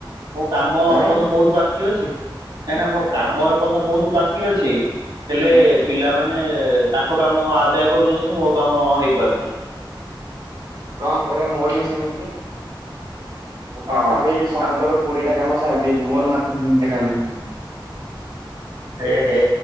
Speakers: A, on the right; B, on the right.
A: ମୋ କାମ
B: କାଇଁ
A: ଏପର୍ଯ୍ୟନ୍ତ ବୋହୁତ ବାକି ଅଛି। କାହିଁକିନା ମୋ
B: ଓହୋ
A: କାମ ଏପର୍ଯ୍ୟନ୍ତ ବୋହୁତ ବାକି ଅଛି ହେଲେ
B: ହୁଁ
A: ପିଲାମାନେ ମାନେ ତାଙ୍କ କାମ ଆଦାୟ କରିଦଉଛନ୍ତି ମୋ କାମ ହେଇପାରୁନି।
B: କଣ କରିବା ମୋର ବି ସେମିତି ମୋ
A: ହଁ
B: ପାଖାପାଖି ସମସ୍ତଙ୍କର
A: ଆପ
B: କୋଡିଏଟା କାମ ସାରି ଦେଇଛି ମୋର ମାତ୍ର ଦିଟା କାମ ସରିନି।
A: ହେ ହେ